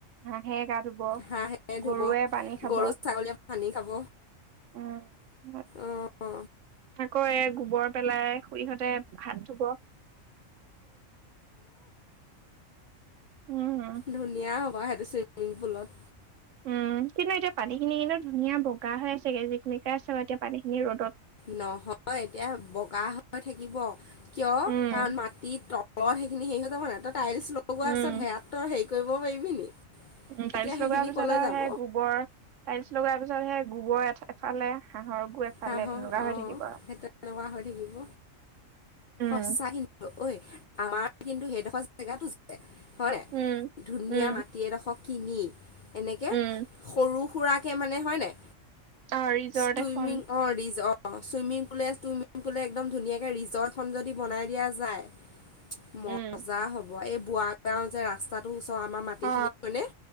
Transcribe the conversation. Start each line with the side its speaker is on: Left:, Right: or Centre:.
Right: হাঁহে গা- ধুব
Left: হাঁহ হে ধুব,
Right: গৰুৱে পানী খাব
Left: গৰু ছাগলীয়ে পানী খাব।
Right: উম
Left: অহ।
Right: আকৌ এ গোবৰ পেলাই, খোৰিহঁতে হাত ধুব। উম
Left: ধুনীয়া হ'বা সেইটো চুইমিং পুলত।
Right: উম। কিন্তু এতিয়া পানীখিনি কিন্তু ধুনীয়া বগা হৈ আছেগে যিক মিকাই আছে এতিয়া পানীখিনি ৰ'দত।
Left: নহয় এতিয়া বগা হৈ থাকিব। কিয়,
Right: উম
Left: কাৰণ মাটিৰ তলত সেইখিনি হেৰি হৈ যাব নাই, ত টাইলছ লগোৱাৰ
Right: উম
Left: পিছত সেয়াত ত হেৰি কৰিব পাৰিবি নি।
Right: উ
Left: তেতিয়া
Right: টাইলছ
Left: সেইখিনি
Right: লগোৱাৰ পিছত
Left: কলৈ
Right: আৰু
Left: যাব
Right: সেই গোবৰ টাইলছ লগাৰ পিছত সেই গোবৰ এ এফালে হাঁহৰ গু এফালে
Left: হা হা
Right: তেনেকুৱা হৈ
Left: অ
Right: থাকিব আৰু
Left: সেইটো এনেকুৱা হৈ থাকিব।
Right: উম
Left: সঁচাই কিন্তু ঐ আমাৰ কিন্তু সেইডোখৰ জেগাটো হয় নাই,
Right: উম
Left: ধুনীয়া
Right: উম
Left: মাটি এডোখৰ কিনি এনেকে
Right: উম
Left: সৰু সুৰাকে মানে হয় নাই
Right: অ ৰিজৰ্ট
Left: চুইমিং
Right: এখন
Left: অ চুইমিং পুলে চুইমিং পুলে একদম ধুনীয়াকে ৰিজৰ্ট খন যদি বনাই দিয়া যায়, মজা
Right: উম
Left: হ'ব। এই বোৱা গাও যে ৰাস্তাটো আমাৰ মাটিখিনি
Right: অ
Left: মানে